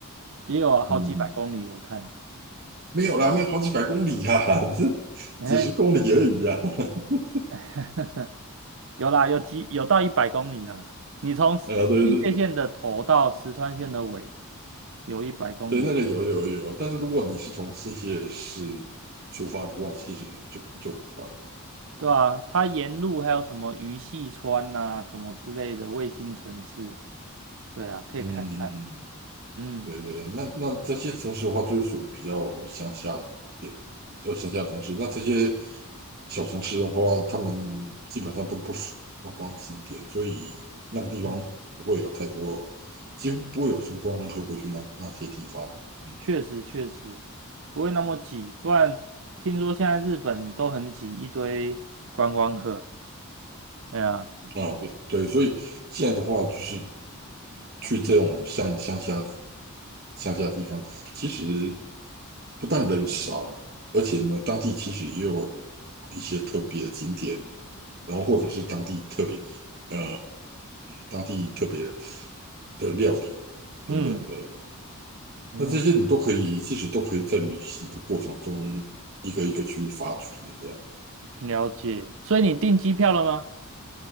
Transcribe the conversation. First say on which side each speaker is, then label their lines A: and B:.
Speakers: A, on the right; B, on the right.
A: 也有好几百公里。
B: 嗯，
A: 我看，
B: 没有啦，没有好几百公里啦，<laughs> 这几十公里而已啊。
A: 哎，
B: <laughs>
A: <laughs> 有啦，有几有到一百公里啦。你从新泻县的头到石川县的尾，
B: 呃，对对
A: 有一百公里吧？
B: 对，那个有有有，但是如果你是从新泻市出发的话，其实就就很快了。
A: 对啊，它沿路还有什么鱼戏川呐、什么之类的卫星城市，对啊，可以看看。
B: 嗯，嗯嗯嗯
A: 嗯。
B: 对对，那那这些城市的话，就是属于比较乡下一点，比较乡下城市。那这些小城市的话，他们基本上都不属于观光景点，所以那个地方不会有太多，
A: 嗯
B: 几乎不会有什么观光客会去那那些地方。嗯，
A: 确实确实不会那么挤，不然听说现在日本都很挤，一堆观光客。哎呀，
B: 啊，对对，所以现在的话，就是去这种像乡下乡下地方，其实不但人少，而且呢，当地其实也有一些特别的景点。然后或者是当地特别呃当地特别的料理等等的。
A: 嗯嗯，
B: 那这些你都可以，其实都可以在旅行的过程中一个一个去发掘这样。
A: 了解。所以你订机票了吗？